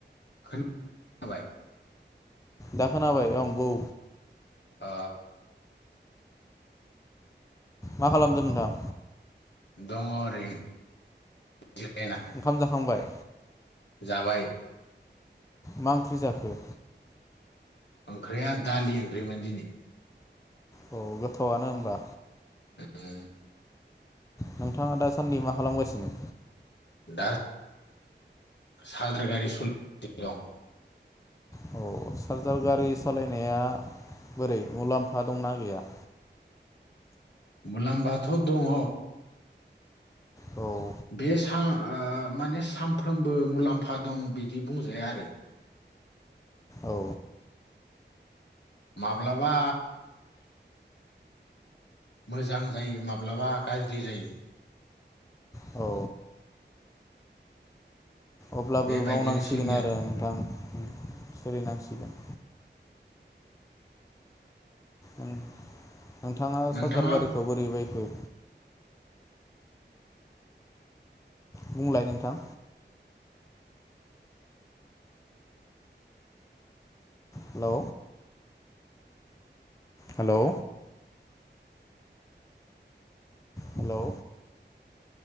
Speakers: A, on the left; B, on the left.
A: हम जाबाय।
B: दा खोनाबाय ओ बु
A: अ।
B: मा खालामदों नोंथां?
A: दङ ओरैनो। जिरायना
B: ओंखाम जाखांबाय?
A: जाबाय।
B: मा ओंख्रि जाखो?
A: ओंख्रिया दालि ओंख्रिमोन दिनि।
B: औ गोथावआनो होमबा
A: उम
B: नोंथाङा दासानदि माखालागासिनो?
A: दा सालद्रा गारि सलि दं।
B: औ चार्जार गारि सालायनाया बोरै मुलाम्फा दंना गैया?
A: मुलामबाथ' दङ'।
B: औ।
A: बे सा ओ माने सानफ्रोमबो मुलाम्फा दं बिदि बुंजाया आरो।
B: औ।
A: माब्लाबा मोजां जायो माब्लाबा गाज्रि जायो।
B: औ। अब्लाबो
A: बेबायदिनो
B: मावनांसिगोन
A: सोलिनो
B: आरो नोंथां। सोलिनांसिगोन। उम्। नोंथाङा
A: नोंथाङा
B: चार्जार गारिखौ बोरै बायखो? बुंलाय नोंथां हेलौ हेलौ हेलौ